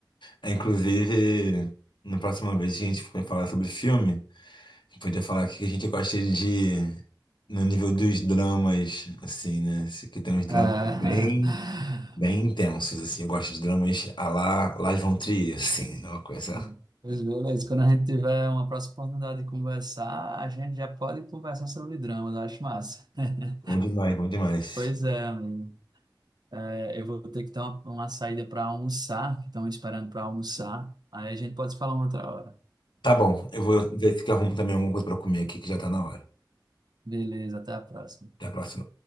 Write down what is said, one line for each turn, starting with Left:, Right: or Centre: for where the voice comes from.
Left: É, Inclusive, na próxima vez que a gente for falar sobre filme, a gente podia falar o que a gente gosta de. No nível dos dramas, assim, né? Se- Que tem uns dramas
Right: Ah,
Left: bem, bem intensos, assim. Eu gosto de dramas à la Lars von Trier, assim. É uma coisa.
Right: <laughs> pois beleza, quando a gente tiver uma próxima oportunidade de conversar, a gente já pode conversar sobre dramas, eu acho massa. <laughs>
Left: Bom demais, bom demais.
Right: Pois é, amigo. É, eu vou ter que ter uma, uma saída para almoçar, que estão me esperando para almoçar. Aí a gente pode se falar uma outra hora.
Left: Tá bom, eu vou ver se eu arrumo também alguma coisa pra comer aqui, que já tá na hora.
Right: Beleza, até a próxima.
Left: Até a próxima.